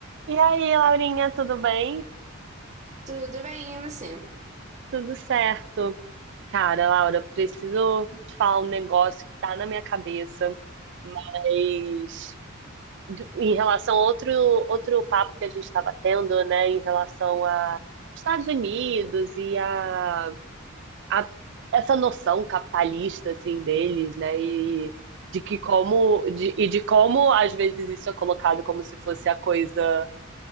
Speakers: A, on the right; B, on the right.
A: E aí, Laurinha, tudo bem?
B: Tudo bem, e você?
A: Tudo certo. Cara, Laura, preciso te falar um negócio que tá na minha cabeça, mas do- em relação a outro, outro papo que a gente estava tendo, né, em relação a Estados Unidos e a, a essa noção capitalista, assim, deles, né, e de que como, de, e de como às vezes isso é colocado como se fosse a coisa.